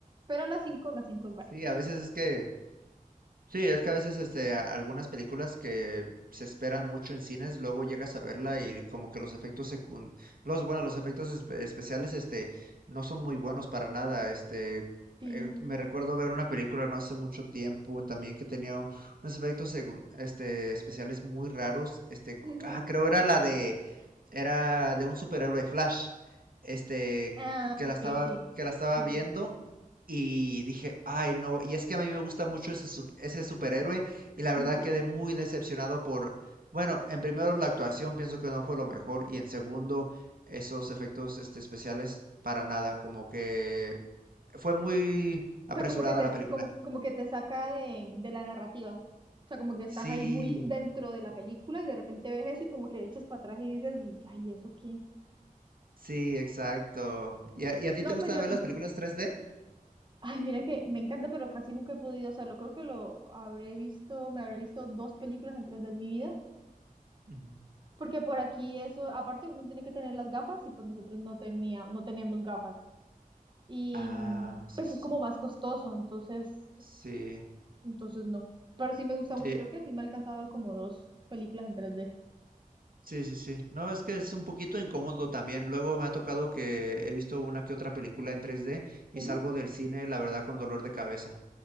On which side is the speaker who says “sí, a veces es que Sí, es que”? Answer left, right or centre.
Right